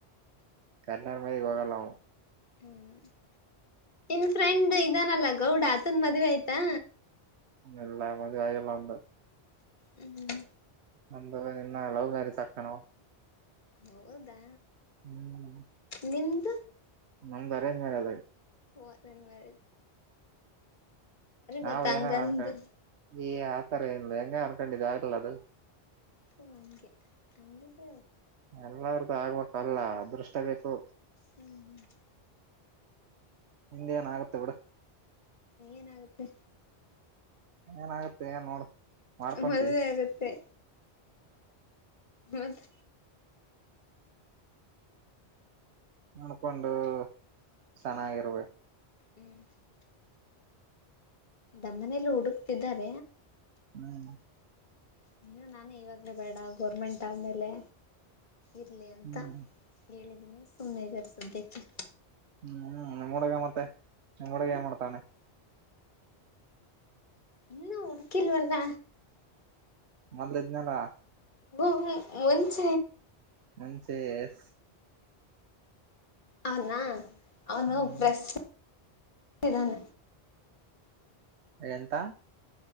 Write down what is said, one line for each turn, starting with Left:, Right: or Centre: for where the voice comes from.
Right: ಕರ್ನಾಡ್ ಮದಿಗೆ ಹೋಗಲ್ಲಾವು
Left: ಹ್ಮ್ ನಿನ್ ಫ್ರೆಂಡ್ ಇದಾನಲ್ಲ ಗೌಡ ಆತನ್ ಮದ್ವೆ ಆಯ್ತಾ
Right: ಎಲ್ಲ ಮದ ಕಾಯ ಎಲ್ಲ ಒಂದು
Left: ಹ್ಮ್
Right: ನಂದವ ನಿನ್ನ ಎಲ್ಲ ಬೇರೆ ಚಕ್ಕನ
Left: ಹೌದಾ
Right: ಹ್ಮ್
Left: ನಿಮ್ದ
Right: ನಮ್ದ್ ಅರೇಜ್ ಮೇಲೆ ಅದಾಗೆ
Left: ಓದನ್ ಮರೆ
Right: ನಾವು
Left: ಗೊತ್ತ ಹಂಗಂದು
Right: ಏನ ಅನ್ಕೊಂಡ್ ಈ ಆತರ ಇಿಂದ ಹೆಂಗ ಅನ್ಕೊಂಡು ಇ ಆಗ್ಲ್ಲ ಅದು
Left: ಹ ಮಂಗೆ ಅಂಗಗೆದ
Right: ಎಲ್ಲಾರ್ದು ಆಗ್ಬೇಕಲ್ಲ ಅದೃಷ್ಟ ಬೇಕು
Left: ಹ್ಮ್ ಹ್ಮ್
Right: ನಿಿಂದ್ ಏನ ಆಗುತ್ತೆ ಬಿಡ
Left: ಏನಾಗುತ್ತೆ
Right: ಏನಾಗುತ್ತೆ ಏನ್ ನೋಡ್ ಮಾಡ್ಕೊಂತ
Left: ಮದ್ವೆ ಆಗುತ್ತೆ ಮೌದ
Right: ನಡ್ಕೊಂಡು ಚೆನ್ನಾಗಿರ್ಬೇಕು
Left: ಹ್ಮ್ ದಮ್ಮನೆಯಲ್ಲಿ ಹುಡುಕ್ತಾರ
Right: ಹ್ಮ್
Left: ಇನ್ನುೂ ನಾನೇ ಇವಾಗಲೇ ಬೇಡ ಗೋರ್ಮೆಂಟ್ ಆದಮೇಲೆ ಇರಲಿ ಅಂತ
Right: ಹ್ಮ್
Left: ಹೇಳಿದೀನಿ ಸುಮ್ಮನೆ ಬರ್ಸ್ದ್ಯಕ್ಕೆ
Right: ಹ್ಮ್ ನಿಮ್ ಹುಗ ಮತ್ತೆ ನಿಮ್ಮ್ ಹುಡಗ
Left: ಹ್ಮ್
Right: ಏ ಮಾಡ್ತಾವಾನೆ
Left: ಇನ್ನೂ ಉಡುಕಿಲ್ಲವಲ್ಲ
Right: ಮೊದ್ಲೇಜ್ನಾನ
Left: ಹ್ಮ ಒಂಚ
Right: ಮಂಚೆ ಎ
Left: ಅವನಾ ಅವನು
Right: ಹ್ಮ್
Left: ಪ್ರಶ ಇದಾನೆ
Right: ಎಂತ